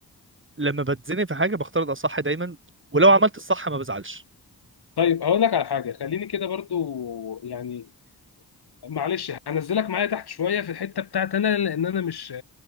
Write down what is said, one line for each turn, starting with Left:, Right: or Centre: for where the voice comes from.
Right: لما بتزنق في حاجه بختار الاصح دايما ولو عملت الصح ما بزعلش
Left: طيب هقول لك على حاجه خليني كده برضو يعني معلش هنزلك معايا تحت شويه في الحته بتاعت انا لان انا مش